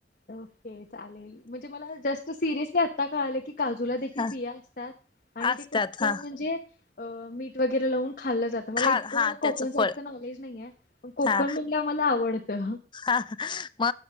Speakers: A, on the left; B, on the left.
A: ओके चालेल म्हणजे मला जस्ट सिरियसली आत्ता कळालं की, काजूला देखील
B: हा
A: बिया असतात. आणि
B: असतात
A: ते कच्च
B: हा
A: म्हणजे अ मीठ वगैरे लावून खाल्लं जातं मला
B: खा
A: इतकं
B: हा
A: कोकण
B: त्याचं
A: साईडच
B: फळ
A: नॉलेज नाहीये. पण
B: हा
A: म्हणल्यावर मला आवडतं.
B: हा म